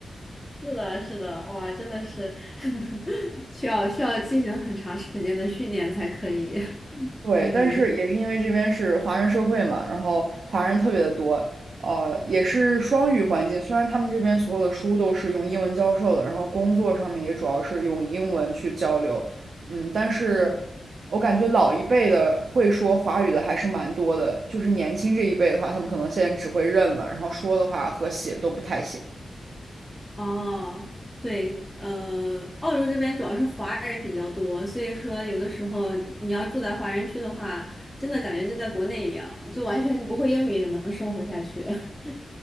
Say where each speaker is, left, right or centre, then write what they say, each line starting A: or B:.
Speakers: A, in the centre; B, on the right (about 70°).
A: 是的，是的，哇，真的是 <laughs> 需要需要进行很长时间的训练才可以。<laughs>
B: 对，
A: 嗯
B: 但是也是因为这边是华人社会嘛，然后华人特别的多，呃，也是双语环境。虽然他们这边所有的书都是用英文教授的，然后工作上面也主要是用英文去交流，嗯，但是
A: 嗯。
B: 我感觉老一辈的会说华语的还是蛮多的，就是年轻这一辈的话，他们可能现在只会认了，然后说的话和写都不太行。
A: 哦，对，呃，澳洲这边主要是华人比较多，所以说有的时候你要住在华人区的话，真的感觉就在国内一样，就完全你不会英语也能生活下去，<laughs>